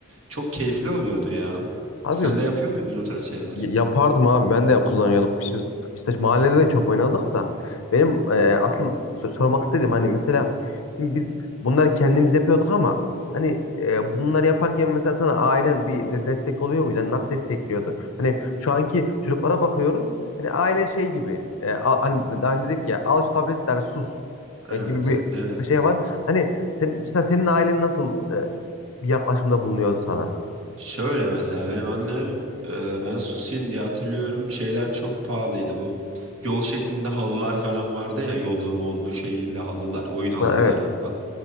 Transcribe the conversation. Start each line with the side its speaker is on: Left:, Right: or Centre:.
Right: Çok keyifli oluyordu ya.
Left: Abi
Right: Sen de
Left: bu
Right: yapıyor muydun o tarz şeyler?
Left: Y- Yapardım abi ben de kullanıyorduk. İşte Biz işte mahallede de çok oynadık da. Benim e, asıl so- sormak istediğim hani mesela şimdi biz bunları kendimiz yapıyorduk ama hani e, bunları yaparken mesela sana ailen bir de destek oluyor muydu? Hani nasıl destekliyordu? Hani şu anki çocuklara bakıyoruz. Hani aile şey gibi e, al- hani daha önce dedik ya al şu tableti yani sus
Right: Evet,
Left: e, gibi bir,
Right: evet.
Left: bir şey var. Hani sen, mesela senin ailen nasıl e, bir yaklaşımda bulunuyordu sana?
Right: Şöyle mesela benim annem e, ben susayım diye hatırlıyorum şeyler çok pahalıydı bu. Yol şeklinde halılar falan vardı ya yollu mollu şehirli halılar oyun halıları.
Left: Ha, evet.
Right: Hat-